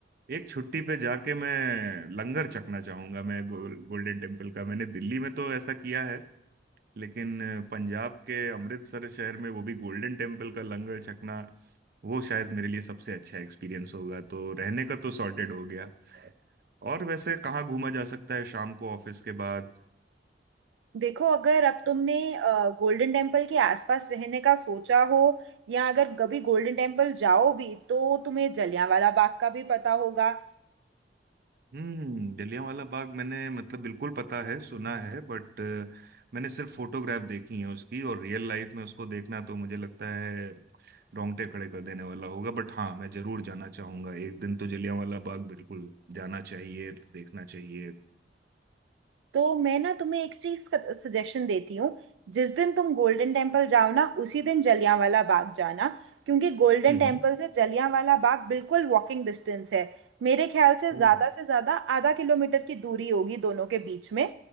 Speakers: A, on the right; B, on the right.
A: एक छुट्टी पे जाके मैं लंगर चखना चाहूंगा मैं गोल, गोल्डन टेम्पल का मैंने दिल्ली में तो ऐसा किया है लेकिन पंजाब के अमृतसर शहर में वो भी गोल्डन टेम्पल का लंगर छकना वो शायद मेरे लिए सबसे अच्छा एक्सपीरियंस होगा तो रहने का तो सॉर्टेड हो गया और वैसे कहाँ घूमा जा सकता है शाम को ऑफिस के बाद
B: देखो अगर अब तुमने गोल्डन टेम्पल के आसपास रहने का सोचा हो या अगर कभी गोल्डन टेम्पल जाओ भी तो तुम्हें जलियांवाला बाग का भी पता होगा
A: हम्म जलियांवाला बाग मैंने मतलब बिल्कुल पता है सुना है बट मैंने सिर्फ फोटोग्राफ देखी है उसकी और रियल लाइफ में उसको देखना तो मुझे लगता है रोंगटे खड़े कर देने वाला होगा बट हाँ मैं जरूर जाना चाहूंगा एक दिन तो जलियांवाला बाग बिल्कुल जाना चाहिए देखना चाहिए
B: तो मैं ना तुम्हें एक चीज का सजेशन देती हूँ जिस दिन तुम गोल्डन टेम्पल जाओ ना उसी दिन जलियांवाला बाग जाना क्योंकि गोल्डन
A: हम्म
B: टेम्पल से जलियांवाला बाग बिल्कुल वॉकिंग डिस्टेंस है मेरे ख्याल से
A: ओ
B: ज्यादा से ज्यादा आधा किलोमीटर की दूरी होगी दोनों के बीच में